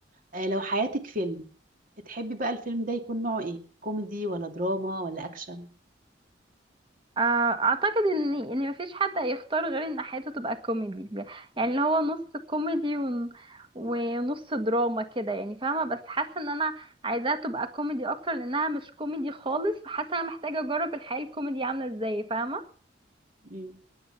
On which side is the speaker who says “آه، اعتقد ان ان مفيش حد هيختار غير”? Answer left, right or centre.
Right